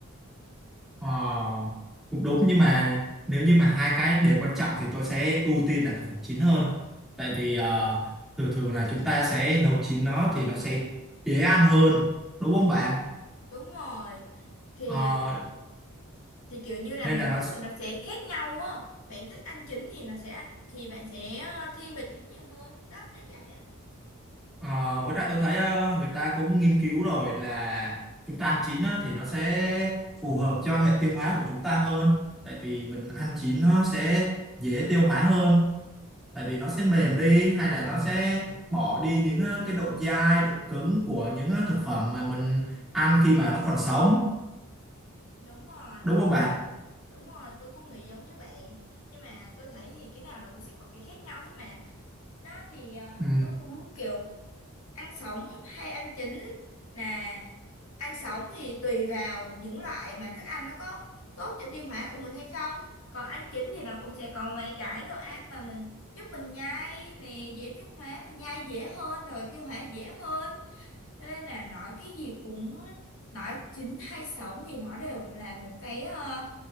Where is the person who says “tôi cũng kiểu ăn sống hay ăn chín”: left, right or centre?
Left